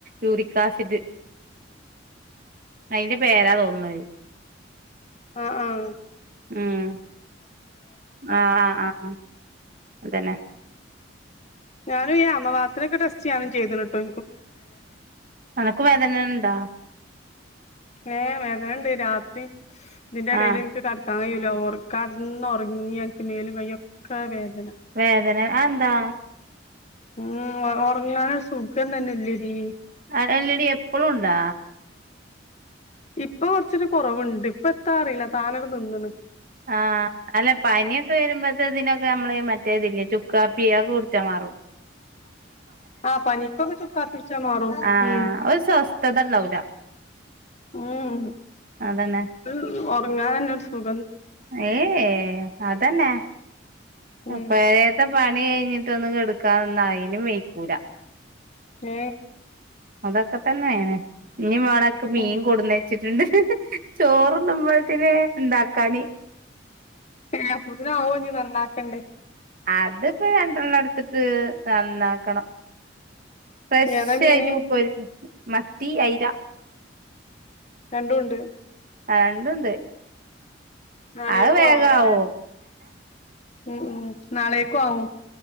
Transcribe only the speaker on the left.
ആഹ് ആഹ്
ഞാനും ഈ അമവാത്തിനൊക്കെ ടെസ്റ്റ് ചെയ്യാനും ചെയ്തനിട്ടോ
ഏഹ് വേതന്ണ്ട് രാത്രി ഇതിന്റെ ഇടേലെനിക്ക്
കട കയ്യൂര്‍ ഒറ കടന്ന ഒറങ്ങി എനിക്ക് മേലും കയ്യൊക്കെ വേദ-
ഉം ഒ ഒറങ്ങാനൊരു സുഖം തന്നില്ലെടീ
ഇപ്പൊ കുറച്ചൊരു കൊറവുണ്ട് ഇപ്പ എത്താ അറിയില്ല താനവി നിന്നണ്.
<inaudible> ആഹ് പനിപ്പൊക്കെ ചുക്കാപികുടിച്ച മാറൂ
ഉം
ഉം
ഒരു ഒറങ്ങാനന്നെ ഒരുസു
ഉം
ഹേ
ഉം
ഏ അപ്പോത്തിന് ആവോഞ്ഞ് നന്നാക്കണ്ടേ
ഏതാ മീന്
രണ്ടുണ്ട്
നാളേക്കും
ആവല്ലോല്ലേ ഉം ഉം നാളേക്കും ആവും